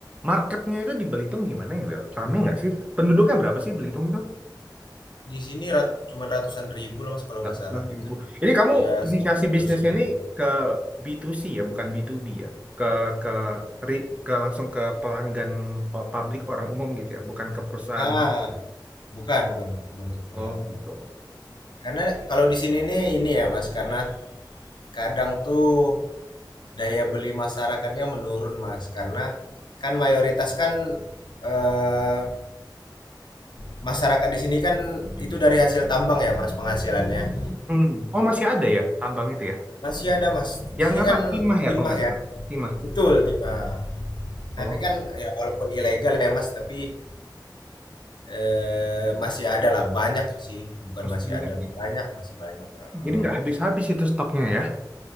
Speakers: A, on the right (about 15°); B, on the left (about 70°).
A: Marketnya itu di Belitung gimana ya Will? Rame nggak sih? Penduduknya berapa sih Belitung itu?
B: Di sini rat, cuman ratusan ribu lah Mas kalau
A: 160
B: nggak salah,
A: ribu.
B: itu
A: Ini kamu
B: Iya,
A: inisiasi
B: 100
A: bisnisnya
B: ribu.
A: nih ke B2C ya, bukan B2B ya. Ke ke ri- ke langsung ke pelanggan oh, publik orang umum gitu ya, bukan ke perusahaan.
B: Ah, bukan, bukan, Mas. bukan ke perusahaan.
A: Oh gitu.
B: Karena kalau di sini nih ini ya, Mas, karena kadang tuh daya beli masyarakatnya menurun, Mas. Karena kan mayoritas kan eh, masyarakat di sini kan itu dari hasil tambang ya, Mas, penghasilannya.
A: Hmm. Oh masih ada ya tambang itu ya.
B: Masih ada, Mas. Di
A: Yang
B: sini kan
A: apa timah ya
B: timah
A: kalau nggak salah.
B: ya.
A: Timah.
B: Betul, timah. Tapi
A: Oh
B: kan ya walaupun ilegal ya, Mas, tapi Eee, masih ada lah, banyak sih, bukan
A: masih
B: masih
A: banyak
B: ada,
A: ya.
B: banyak, masih banyak, heeh.
A: Jadi nggak habis-habis itu stoknya ya.